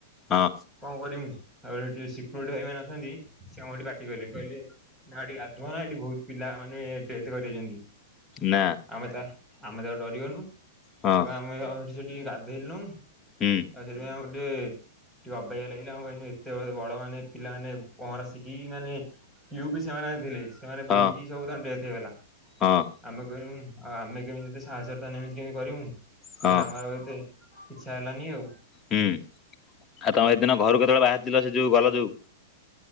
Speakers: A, on the left; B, in the centre.
A: ହଁ।
B: କଣ କରିମୁ ଆଉ ସେଠି ଯୋଉ ସିକୁରୁଟି ଭାଇ ମାନ ଅଛନ୍ତି ସେ ଆମକୁ ସେଠି ପାଟି କଲେ କହିଲେ ନା ଏଠି ଗାଧୁଆ ନା ଏଠି ବହୁତ ପିଲା ମାନେ ଡେଥ୍ କରିଯାଇଛନ୍ତି।
A: ନାଁ।
B: ଆମେ ତା ଆମେ ତାକୁ ଡ଼ରିଗନୁ
A: ହଁ
B: ଅପେ ଆମେ ଏଠି ସେଠି ଗାଧେଇଲୁନୁ।
A: ହୁଁ।
B: ତାପରେ ସେଥିପାଇଁ ଆମକୁ ଟିକେ ଟିକେ ଅବାଗିଆ ଲାଗିଲା ଆମେ କ ସେତେବେଳେ ବଡ଼ ମାନେ ପିଲାମାନେ ପହଁରା ଶିଖିକି ମାନେ ଟ୍ୟୁବ ସେମାନେ ଆଣିଥିଲେ। ସେମାନେ ବୁଡ଼ିକି
A: ହଁ
B: ସବୁ ତାଙ୍କ ଡେଥ ହେଇଗଲା।
A: ହଁ
B: ଆମେ କହିନୁ ଆଉ ଆମେ କେମିତି ଏ ସାହାଯ୍ୟ ତାହେନେ ଏମିତି କେମିତି କରିବୁ ସେଥି
A: ହଁ
B: ଆମର ଏତେ ଇଚ୍ଛା ହେଲାନି ଆଉ।
A: ହୁଁ ଆଉ ତମେ ସେଦିନ ଘରୁ କେତେବେଳେ ବାହାରିଥିଲ ସେ ଯୋଉ ଗଲ ଯୋଉ।